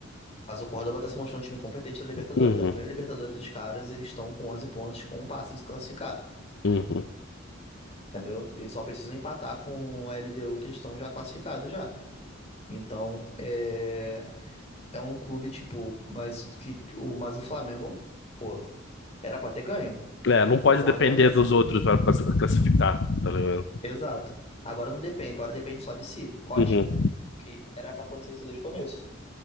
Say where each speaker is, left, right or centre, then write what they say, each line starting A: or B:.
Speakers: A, on the left; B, on the left.
A: Mas o Córdoba tá se mostrando um time competente na Libertadores.
B: Uhum.
A: A primeira Libertadores dos caras, eles estão com 11 pontos, com um passo de se classificar.
B: Uhum.
A: Entendeu? Eles só precisam empatar com a LDU, que eles estão já classificados já. Então, é... É um clube, tipo... Mas, que... o- mas o Flamengo, pô, era pra ter ganho.
B: É, não
A: O
B: pode
A: Córdoba
B: depender
A: tá... se-
B: dos outros pra pra classificar, tá ligado?
A: Exato. Agora não depende. Agora depende só de si. Ótimo.
B: Uhum.
A: Porque era pra acontecer isso desde o começo.